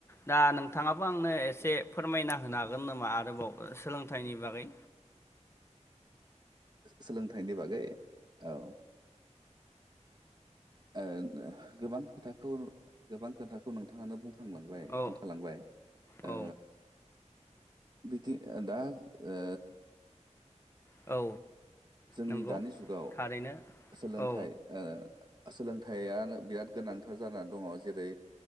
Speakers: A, on the left; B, on the right.
A: दा नोंथांङाबो आंनो एसे फोरमायना हो होनो हागोन नामा आरोबाव सोलोंथाइनि बागै
B: सोलोंथाइनि बागै औ ओ गोबां खोथाखौ गोबां खोथाखौ नोंथांङानो बुं खांलांबाय
A: औ
B: बुंखालांबाय ओ
A: औ
B: बिदि दा ओ
A: औ
B: जोंनि
A: नंगौ
B: दानि जुगाव
A: थारैनो
B: सोलोंथाइ
A: औ
B: ओ सोलोंथाइआ बिराद गोनांथार जानानै दंङो जेरै